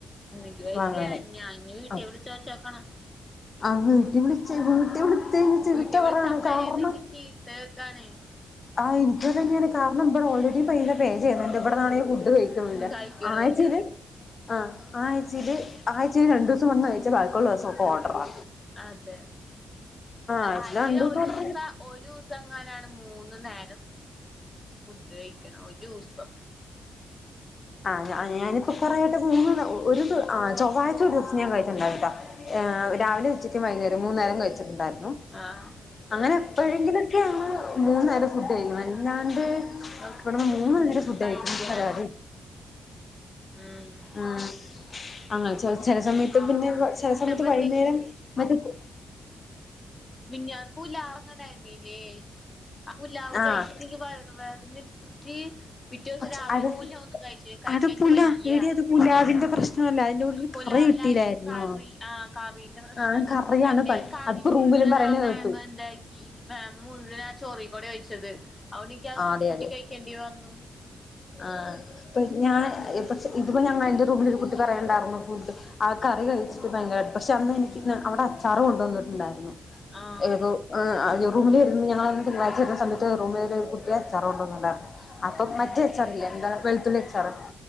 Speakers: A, on the left; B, on the left.
A: എന്ക്ക് പൈസില
B: വാങ്ങാന്
A: ഞാ ഇഞ് വീട്ടി
B: ആഹ്
A: വിളിച്ചു ചോച്ചോക്കണം
B: ആഹ് വീട്ടി വിളിച്ച വീട്ടി വിളിച്ചഞ്ഞ ചിത്തപറയാണ്
A: വീട്ടി വിളിച്ച് അമ്മേനേന്ന്
B: കാറണം
A: എനിക്ക് <unintelligible>
B: ആഹ് എനിക്ക് അതന്നെയാണ് കാരണം ഇവിടെ ഓൾറെഡി പൈ പേ ചെയ്യുന്നുണ്ട് ഇവിടെന്നാണ്ങ്കി ഫുഡ് തുല്ല
A: കഴിക്ക്ണൂല്ല
B: ആഴ്ചേല് ആഹ് ആഴ്ചീല് ആഴ്ച്ചല് രണ്ട് ദിസം വന്ന് കയിച്ചാ ബാക്കി ഉള്ള ദേസം ഒക്കെ ഓഡാറാ
A: അതെ
B: ആഴ്ചയില്
A: ആഴ്ചേല്
B: രണ്ട് ദിവസം
A: ഒരൂസ
B: ഓർഡറ്
A: ഒരുസങ്ങാനാണ് മൂന്ന് നേരം ഫുഡ് കഴിക്കണെ ഒരുസം
B: ആഹ് ഞാ ഞാനിപ്പം കൊറേട്ട് മൂ ഒര് ആഹ് ചൊവ്വാഴ്ച ഒര് ദിസം ഞാൻ കഴിച്ച് ഇണ്ടാവ്ട്ടോ ഏഹ്
A: ഉം
B: രാവിലെ, ഉച്ചയ്ക്ക്, വൈന്നേരം മൂന്ന് നേരം കഴിച്ചിട്ട് ഇണ്ടാര്ന്നു
A: ആഹ്
B: അങ്ങനെ എപ്പോഴെങ്കിലും ഓക്കെ ആണ് മൂന്ന് നേരം ഫുഡ് കഴിക്ണത് അല്ലാണ്ട്
A: ഒക്കെ
B: ഇവടെ മൂന്ന് നേരം ഫുഡ് കയിക്ക്ന്നാ
A: കഴിക്കണേ
B: പരിപാടി
A: ഉം
B: ആഹ് അങ്ങ് ചെല സമയത്ത് പിന്നെ ചെല സമയത്ത്
A: അപ്പൊ
B: വൈന്നേരം മറ്റേത്
A: മിഞാന്ന് പുല്ലാവ് ഇങ്ങണ്ടായിര്ന്നില്ലേ ആഹ് പുലാവ്
B: ആഹ്
A: കഴിച്ചിട്ട് ഇൻക്ക് വയറ് വേദന ഇടുത്തിട്ട് പിറ്റേ ദിവസം
B: പക്ഷെ
A: രാവിലെ
B: അത്
A: പോലും ഒന്നും കഴിച്ചില്ല കഴിക്കാക്ക്യാ
B: അത്
A: ഇൻക്ക്
B: പുല
A: വയ്യ
B: എടി അത് പുലാവിന്റെ പ്രശ്നമല്ല അതിന്റെ കൂടെ ഒരു
A: പുലാവില്
B: കറി കിട്ടിയില്ലായിരുന്നോ
A: ആയാലും കറി ആഹ് കറിന്റെ പ്രശ്നാന്ന്
B: ആഹ് കറിയാണ്
A: എന്റെ
B: പ
A: കറി
B: അതിപ്പോ
A: മുഴുവനും
B: റൂമിലും പറയുന്ന
A: ആമേമ്മ്
B: കേട്ടു
A: എന്താക്കി മെമ്മ് മുഴുവനും ആഹ് ചോറ് കൂടെ ഒഴിച്ചത് അ ഓണ്ട് ഇൻക്ക് അത്
B: ആഹ് അതെ
A: കൂട്ടി
B: അതെ
A: കയിക്കേണ്ടി വന്നു
B: ആഹ് ഇപ്പൊ ഞാൻ പക്ഷെ ഇതിപ്പോ ഞങ്ങൾന്റെ റൂമില് ഒര് കുട്ടി പറയണ്ടാരുന്നു ഫുഡ് ആഹ് കറി കഴിച്ചിട്ട് ഭയങ്കര പഷെ അന്ന് അവടെ അച്ചാറ് കൊണ്ട് വന്നിട്ടുണ്ടായിരുന്നു
A: ആഹ്
B: ഏതോ ആഹ് റൂമിലെയ്ര്ന്നു ഞങ്ങള് അന്ന് തിങ്കാഴ്ച വേര്ന്ന സമയത്ത് റൂമില് രെ അച്ചാറ് കൊണ്ട് വന്നിട്ട്ണ്ടാരുന്നു അപ്പൊ
A: ഉം
B: മറ്റേ അച്ചാറ് ഇല്ലേ എന്താണ് വെൾത്തുള്ളി അച്ചാറ്